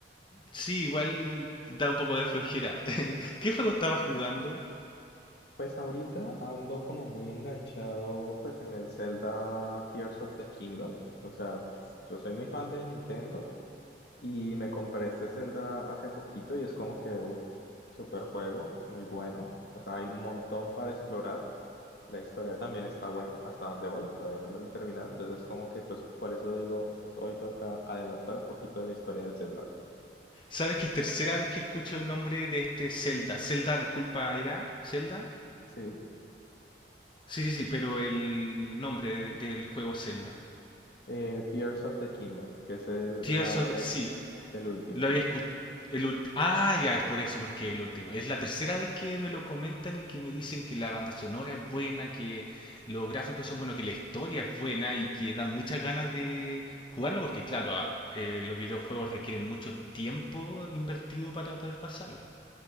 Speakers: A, on the left; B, on the left.
A: Sí, igual da un poco de flojera. <laughs> ¿Qué juego estabas jugando?
B: Pues ahorita ando como muy enganchado pues en el Zelda Tears of the Kingdom, o sea, pues yo soy muy fan de Nintendo y me compré este Zelda hace poquito y es como que, uff, super juego, muy bueno, o sea, hay un montón para explorar. La historia también está buena, hasta donde voy, todavía no me lo he terminado, entonces como que pues por eso digo, hoy toca adelantar un poquito de la historia del Zelda.
A: ¿Sabes que es tercera vez que escucho el nombre de este Zelda? Zelda, disculpa, ¿era Zelda?
B: Sí,
A: Sí, sí, sí, pero el nombre de- del juego Zelda.
B: eh, Tears of the Kingdom, que es el,
A: Tears
B: la-
A: of the...
B: el,
A: Sí,
B: el último.
A: lo había escuchado. El ulti- ah, ya, es por eso, porque el último. Es la tercera vez que me lo comentan y que me dicen que la banda sonora es buena, que los gráficos son buenos, que la historia es buena y que dan muchas ganas de jugarlo, porque claro, ah, eh, los videojuegos requieren mucho tiempo invertido para poder pasarlo.